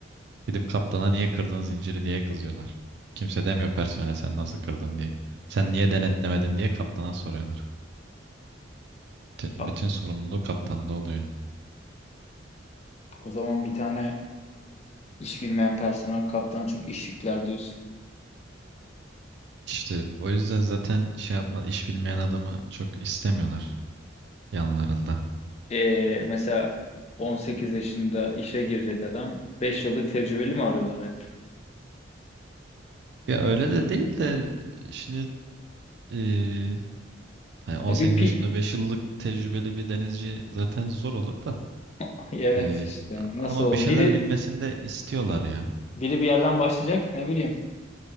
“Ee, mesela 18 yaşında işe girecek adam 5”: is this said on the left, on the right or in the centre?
Left